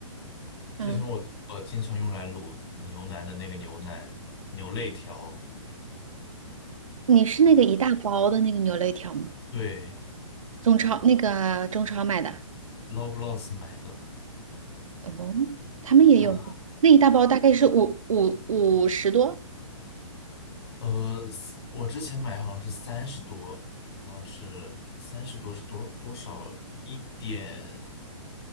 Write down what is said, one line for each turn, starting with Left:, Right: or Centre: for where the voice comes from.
Right: 嗯，
Left: 之前我呃经常用来卤牛腩的那个牛腩牛肋条，
Right: 你是那个一大包的那个牛肋条吗？
Left: 对
Right: 中超那个中超买的？
Left: l o v e l o s s 买的。
Right: 哦，他们也有，
Left: 它。
Right: 那一大包大概是五五五十多。
Left: 呃，我之前买好像是三十多，好像是三十多是多少多少一点